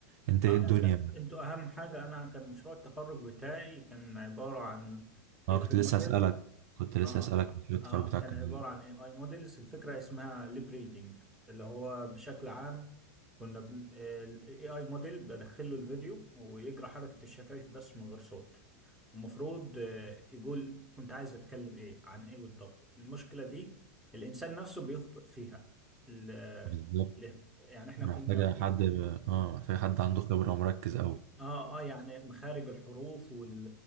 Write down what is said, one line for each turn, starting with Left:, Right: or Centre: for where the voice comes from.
Right: انت ايه
Centre: اه
Right: الدنيا
Centre: انت- انتوا اهم حاجة انا كان مشروع التخرج بتاعي كان عبارة عن
Right: اه
Centre: اي
Right: كنت
Centre: اي
Right: لسه
Centre: موديل
Right: هسألك كنت لسه
Centre: اه
Right: هسألك مشروع التخرج
Centre: اه
Right: بتاعك
Centre: كان
Right: كان
Centre: عبارة
Right: إيه؟
Centre: عن اي اي موديلز الفكرة اسمها ليب ريدنج اللي هو بشكل عام كنا بن... الاي اي موديل بدخل له الفيديو ويجرى حركة الشفايف بس من غير صوت المفروض آه، يقول كنت عايز اتكلم ايه عن ايه بالضبط المشكلة دي الانسان نفسه بيخطئ فيها ال...
Right: بالظبط
Centre: ال- يعني احنا
Right: محتاجة
Centre: كنا في
Right: حد اه محتاجة حد عنده خبرة ومركز أوي
Centre: اه اه يعني مخارج الحروف وال